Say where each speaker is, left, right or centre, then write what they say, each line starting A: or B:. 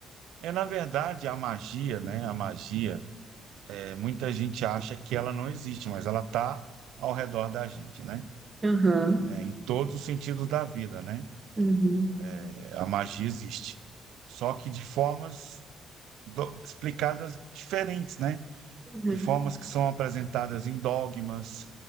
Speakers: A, on the right; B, on the right.
A: É, na verdade, a magia, né? A magia É, muita gente acha que ela não existe, mas ela está ao redor da gente, né?
B: Aham.
A: É, em todos os sentidos da vida, né?
B: Uhum.
A: É, a magia existe, só que de formas do- explicadas diferentes, né?
B: Uhum.
A: De formas que são apresentadas em dogmas,